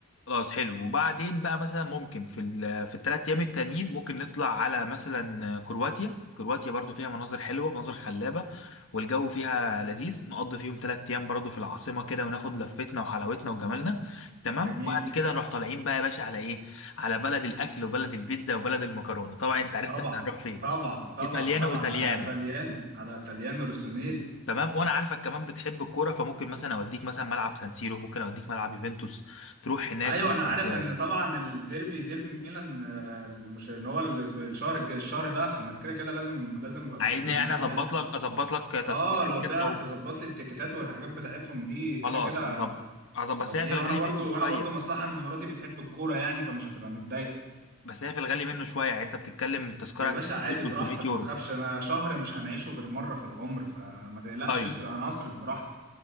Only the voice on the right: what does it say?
جميل
طبعا
طبعا طبعا
طبعا
على ايطاليانو على ايطاليانو روسونيري
ايوه
انا عارف ان طبعا الديربي ديربي ميلان آه، المش... ان هو الأسب- الشهر الجاي الشهر ده فانا كده كده لازم لازم ابقى
موجود هناك
يعني
اه لو
تعرف
تظبط لي التيكيتات والحاجات بتاعتهم دي كده
كده
هوديها
وانا برضو
وانا برضو مصلحة ان مراتي بتحب الكورة يعني فمش هتبقى متضايقة
يا
باشا عادي
براحتك
ما تخافش انا شهر مش هنعيشه غير مرة في العمر فما تقلقش
اسرق انا هصرف براحتي